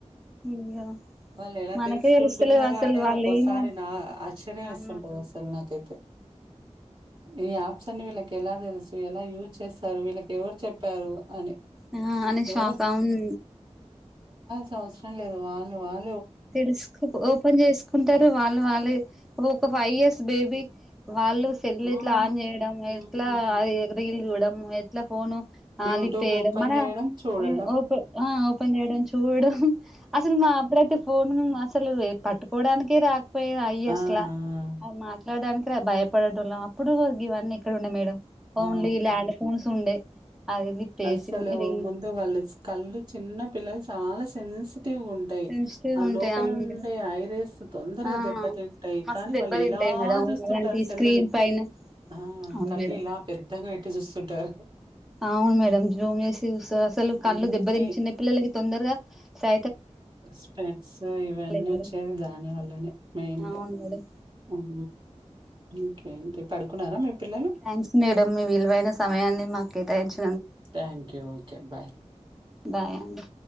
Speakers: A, in the centre; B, on the right.
A: ఇగ
B: వాళ్ళు ఎలా
A: మనకే
B: తెలుసుకుంటున్నారా
A: తెలుస్తలేవు అసలు
B: అనేది
A: వాళ్ళు
B: ఒకసారి
A: ఏమో
B: నా ఆశ్చర్యం వేస్తుంటది
A: అవును మేడం.
B: అసలు నాకైతే ఈ యాప్స్ అని వీళ్ళకి ఎలా తెలుసు ఎలా యూజ్ చేస్తారు వీళ్ళకి ఎవరు చెప్పారు అని
A: అ అనేశోక్
B: ఎవరు
A: అవును
B: కవసరం లేదు వాళ్ళు వాళ్
A: తెలుసుకు ఓపెన్ చేసుకుంటరు వాళ్ళు వాళ్లే ఒక ఫైవ్ ఇయర్స్ బేబీ వాళ్ళు సెల్
B: ఆ
A: ఎట్లా ఆన్ చేయడం
B: హ్మ్.
A: ఎట్లా అది రీల్ చూడడం ఎట్లా ఫోను ఆ
B: యూట్యూబ్
A: లీ చేయడం
B: ఓపెన్
A: మన
B: చేయడం చూడడం
A: ఈ ఒపే ఆ ఓపెన్ చేయడం చూడడం అసలునా ప్రతి పూ ఉమ్ అసలు పట్టుకోడానికే రాకపోయే అయ్యాస్లా
B: ఆ!
A: మరి మాట్లాడ్డనికి ఇక్కడ భయపడేటోల్లం అప్పుడు గీవన్నీ ఎక్కడ ఉండే మేడం ఓన్లీ
B: ఆ
A: ల్యాండ్ ఫోన్స్ ఉండే అది లిఫ్ట్ చేసి
B: అస్సలు
A: రింగ్
B: ముందు వాళ్ళు కళ్ళు చిన్న పిల్లలు చాలా సెన్స్ టివ్ ఉంటాయి
A: సెన్సిటివ్
B: ఆ
A: ఉంటాయి
B: లోపల
A: అవును
B: ఉండే
A: కదా
B: ఐరేస్ తొందరగా
A: ఆ
B: దెబ్బతింటయి
A: మస్తు
B: కానీ
A: దెబ్బతింటాయి
B: వాళ్ళు ఇలా
A: మేడం
B: బా చూస్తుంటారు
A: అలాంటి
B: సేల్లుని
A: స్క్రీన్ పైన
B: ఆ
A: అవును
B: కళ్ళు
A: మేడం
B: ఇలా పెద్దగా పెట్టి చూస్త ఉంటరు
A: అవును మేడం జూమ్ చేసి అసలు కళ్ళు
B: అందుకే
A: దెబ్బ తిని చిన్న పిల్లలకి తొందరగా సా
B: స్పెట్స్ ఇవన్నీ
A: మేడం
B: వచ్చేవి దాని వల్లనే మెయిన్గా
A: అవును మేడం
B: ఉమ్ ఇంకే టి పడుకున్నారా మీ పిల్లలు?
A: థ్యాంక్స్ మేడం మీ విలువైన సమయాన్ని మాకేటాయించి
B: థ్యాంక్ యూ ఓకే బాయ్
A: బాయండి